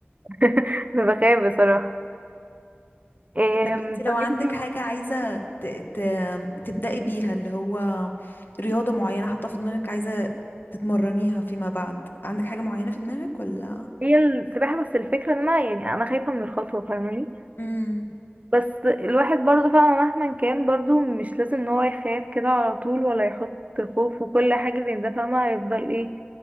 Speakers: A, on the right; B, on the left.
A: <laughs> انا بخاف بصراحة إيه
B: طب انت لو
A: طب
B: عندك
A: انتي
B: حاجة عايزة ت... ت... تبدأي بيها اللي هو رياضة معينة حاطة في دماغك عايزة تتمرنيها فيما بعد عندك حاجة معينة في دماغك ولا
A: هي السباحة بس الفكرة ان انا يعني انا خايفة من الخطوة فاهماني
B: امم
A: بس الواحد برضه فعلا مهما كان برضه مش لازم ان هو يخاف كده على طول ولا يحط خوف وكل حاجة زي ده فاهمة هيفضل ايه